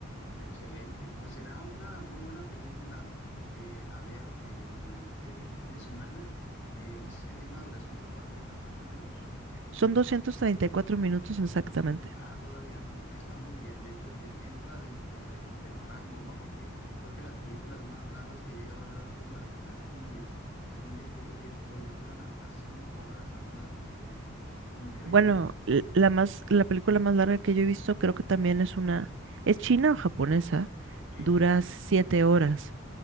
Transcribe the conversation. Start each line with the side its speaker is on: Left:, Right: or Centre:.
Left: Excelente. Pues será una muy buena película eh, a ver de- durante el fin de semana. Eh, me dices que tiene una duración de cuatro horas más o menos.
Right: Son 234 minutos exactamente.
Left: doscientos. ah, todavía no, está muy bien. De hecho, de- entra dentro del, del rango, ¿no? Porque creo que las películas más largas que he llegado a ver han sido las, las indias. Las indias creo que tienen- pues, duran hasta cinco horas algunas de estas películas. Increíble,
Right: Bueno,
Left: ¿eh?
Right: l- la más, la película más larga que yo he visto creo que también es una, es china o japonesa,
Left: Sí,
Right: dura siete horas.